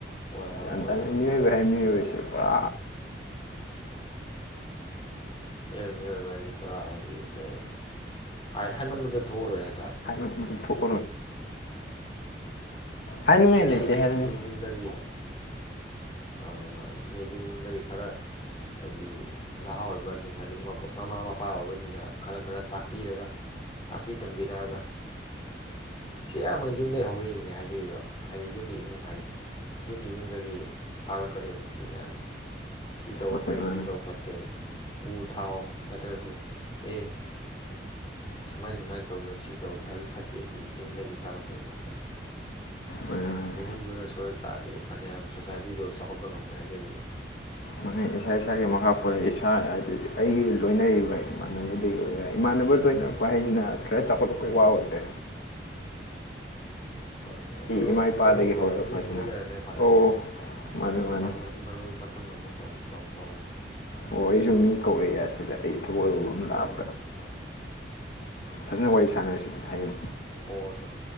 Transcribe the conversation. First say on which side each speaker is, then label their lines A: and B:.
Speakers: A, on the left (about 30°); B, on the left (about 70°).
A: ꯍꯣꯏ ꯍꯣꯏ
B: ꯒꯌ꯭ꯥꯟ
A: ꯍꯣꯏ
B: ꯇꯥꯗꯦ
A: ꯑꯗꯨꯅꯦ
B: ꯃꯤ ꯑꯣꯏꯕꯁꯦ
A: ꯑꯗꯨꯅꯦ
B: ꯃꯤꯕꯁꯦ
A: ꯍꯥꯏꯅꯤꯡꯉꯤꯁꯦ
B: ꯄꯨꯔꯥ
A: ꯃꯤꯌꯣꯏ ꯃꯤꯌꯣꯏꯕ ꯍꯥꯏꯁꯦ ꯕꯔꯥ ꯍꯥꯏꯗꯤ ꯀꯔꯤ ꯍꯥꯏꯅꯤ ꯍꯥꯏ ꯍꯥꯏꯃꯟꯕꯗ ꯊꯣꯛꯑꯔꯣꯏ ꯍꯥꯏ
B: ꯍꯥꯏꯕꯗꯨꯗꯨ ꯊꯣꯛꯑꯔꯣꯏ ꯍꯥꯏꯅꯤꯡꯉꯥꯏ
A: ꯁꯤꯅ
B: ꯂꯩꯇꯦ ꯍꯥꯏꯗꯨꯅꯤ
A: ꯌꯨꯝ ꯌꯨꯝꯗꯒꯤ ꯃꯥꯅꯤ ꯃꯥꯅꯦ ꯁꯤꯅ ꯌꯨꯝ ꯌꯨꯝꯗꯒꯤ ꯈꯔ ꯍꯥꯏꯗꯤ ꯅꯍꯥ ꯑꯣꯏꯕꯁꯤꯡ ꯍꯥꯏꯗꯤ ꯃꯃꯥ ꯃꯄꯥ ꯑꯣꯏꯕꯁꯤꯡꯅ ꯈꯔ ꯈꯔ ꯇꯥꯛꯄꯤꯔꯒ ꯇꯥꯛꯄꯤ ꯇꯝꯕꯤꯔꯛꯑꯒ ꯁꯤ ꯑꯌꯥꯝꯕꯅ ꯌꯨꯝꯗꯒꯤ ꯍꯧꯔꯛꯏꯕꯅꯦ ꯍꯥꯏꯖꯔꯤꯕ ꯍꯥꯏꯗꯤ ꯌꯨꯝꯒꯤ ꯏꯃꯨꯡ ꯍꯥꯏꯁ ꯌꯨꯝꯒꯤ ꯏꯃꯨꯡꯗꯒꯤ ꯇꯥꯛꯂꯛꯀꯗꯧꯔꯤꯕꯅꯤ ꯁꯤ ꯃꯌꯥꯝꯁꯦ ꯁꯤ ꯇꯧꯕ
B: ꯃꯥꯅꯤ
A: ꯐꯩ
B: ꯃꯥꯅꯤ
A: ꯁꯤ ꯇꯧꯕ ꯐꯠꯇꯦ ꯎ ꯊꯥꯎ ꯅꯠꯇ꯭ꯔꯁꯨ ꯑꯦ ꯁꯨꯃꯥꯏ ꯁꯨꯃꯥꯏꯅ ꯇꯧꯗꯅ ꯁꯤ ꯇꯧꯕ ꯐꯕꯗꯤ ꯐꯠꯇꯦ ꯁꯤ ꯌꯨꯝꯗꯒꯤ ꯇꯥꯛꯂꯛꯇꯣꯏꯅꯤ ꯉꯥꯛꯇꯅꯤ
B: ꯃꯥꯅꯤ ꯃꯥꯅꯤ
A: ꯏꯃꯨꯡꯗꯨꯅ ꯁꯣꯏꯔꯛ ꯇꯥꯔꯗꯤ ꯐꯅꯌꯥꯝ ꯁꯣꯁꯥꯏꯇꯤꯗꯣ ꯆꯥꯎꯈꯠꯄ ꯉꯝꯃꯣꯏ ꯍꯥꯏꯖꯔꯤꯕ
B: ꯃꯥꯅꯤ ꯏꯁꯥ ꯏꯁꯥꯒꯤ ꯃꯈꯥ ꯄꯣꯜꯔꯛ ꯏꯁꯥ ꯍꯥꯏꯗꯤ ꯑꯩꯒꯤ ꯂꯣꯏꯅꯔꯤꯕ ꯏꯃꯥꯟꯅꯕꯗꯒꯤ ꯑꯣꯏꯔ ꯏꯃꯥꯟꯅꯕ ꯂꯣꯏꯅꯔꯛꯄ ꯍꯥꯏꯁꯤꯅ ꯈꯔ ꯆꯥꯎꯈꯠꯂꯛꯄꯩ ꯋꯥ ꯑꯣꯏꯗ꯭ꯔꯦ
A: ꯃꯥꯅꯤ ꯃꯥꯅꯤ ꯑꯗꯨ
B: ꯏꯃꯥ ꯏꯄꯥꯗꯒꯤ
A: ꯃꯔꯨꯞ ꯃꯇꯝꯗꯤ
B: ꯍꯧꯔꯒ ꯐꯖꯅ
A: ꯍꯦꯟꯗꯣꯛ ꯂꯩꯔꯝꯃꯦ ꯐꯅꯌꯥꯝ
B: ꯑꯣ ꯃꯥꯅꯦ ꯃꯥꯅꯦ
A: ꯊꯝꯃꯁꯤ ꯃꯔꯨ ꯈꯤꯇꯪ ꯑꯃꯨꯛ ꯇꯧ ꯇꯧ ꯇꯧꯔꯁꯦ꯫
B: ꯑꯣ ꯑꯩꯁꯨ ꯃꯤ ꯀꯧꯔꯛꯑꯦ ꯁꯤꯗ ꯑꯩ ꯊꯕꯛ ꯑꯔꯨꯕ ꯑꯃ
A: ꯍꯣꯏ
B: ꯂꯥꯛꯇꯅ
A: ꯃꯔꯨꯞ
B: ꯐꯖꯅ ꯋꯥꯔꯤ ꯁꯥꯟꯅꯔꯁꯤ ꯍꯌꯦꯡ
A: ꯍꯣꯏ ꯃꯔꯨꯞ